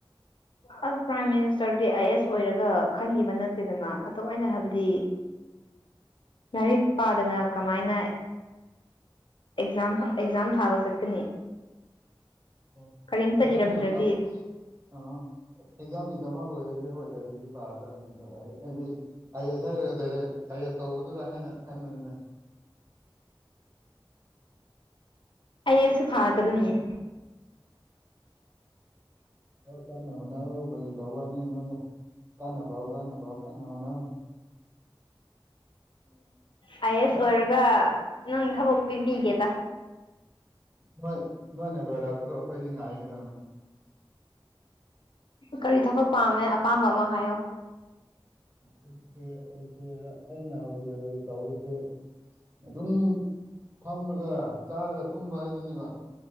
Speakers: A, on the left; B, on the right.
A: ꯑ ꯄ꯭ꯔꯥꯏꯝ ꯃꯤꯅꯤꯁꯇꯔꯗꯤ ꯑꯥꯏ ꯑꯦꯁ ꯑꯣꯏꯔꯒ ꯈꯟꯈꯤꯕ ꯅꯠꯇꯦꯗꯅ ꯑꯗꯣ ꯑꯩꯅ ꯍꯥꯏꯕꯗꯤ ꯂꯥꯢꯔꯤꯛ ꯄꯥꯗꯅ ꯀꯃꯥꯢꯅ ꯑꯦꯛꯖꯥꯝ ꯑꯦꯛꯖꯥꯝ ꯊꯥꯕ ꯆꯠꯀꯅꯤ
B: ꯑꯣ
A: ꯀꯔꯤꯝꯇ ꯏꯔꯝꯗ꯭ꯔꯗꯤ
B: ꯏꯗꯥꯎꯒꯤꯗꯃꯛ ꯑꯥ ꯏꯒꯖꯥꯝꯒꯤꯗꯃꯛ ꯑꯣꯢꯔꯗꯤ ꯍꯣꯢ ꯂꯩꯔꯦꯒꯦ <unintelligible> ꯑ ꯑꯦꯁ ꯍꯥꯏꯔꯒꯗꯦꯔꯦ ꯑ ꯑꯦꯁ ꯇꯧꯕꯗꯨꯔꯥ ꯍꯥꯏꯅ ꯈꯟꯕꯅꯤꯗ
A: ꯑꯥ ꯑꯦꯁ ꯊꯥꯒꯗꯣꯏꯅꯤ <inaudible>
B: ꯑꯧ ꯀꯥꯟꯅ ꯍꯣꯠꯅꯧ ꯐꯥꯒꯤ ꯇꯧꯋꯥꯅꯦ ꯅꯉꯣꯟꯗ ꯀꯟꯅ ꯄꯥꯎ ꯀꯟꯅ ꯄꯥꯎ ꯀꯥꯟꯅ ꯍꯣꯠꯅꯧ
A: ꯑꯥꯏ ꯑꯦꯁ
B: ꯅꯣꯏ
A: ꯑꯣꯏꯔꯒ ꯅꯪ ꯊꯕꯛ ꯄꯤꯕꯤꯒꯦꯗ
B: ꯅꯣꯏ ꯅꯣꯏꯅ ꯂꯣꯏꯔꯛꯄꯗꯣ ꯑꯩꯈꯣꯏꯗꯤ ꯉꯥꯏꯒꯗꯅ
A: ꯀꯔꯤ ꯊꯕꯛ ꯄꯥꯝꯃꯦ ꯑꯄꯥꯝꯕ ꯑꯃ ꯍꯥꯏꯌꯣ
B: <unintelligible> ꯑꯈꯣꯢꯁꯦ ꯑꯩꯅ ꯍꯧꯖꯤꯛ ꯍꯧꯖꯤꯛ ꯇꯧꯔꯤꯁꯦ ꯑꯗꯨꯝ ꯐꯝꯃꯒ ꯆꯥꯔꯒ ꯇꯨꯝꯕ ꯍꯥꯢꯗꯨꯅꯦꯕ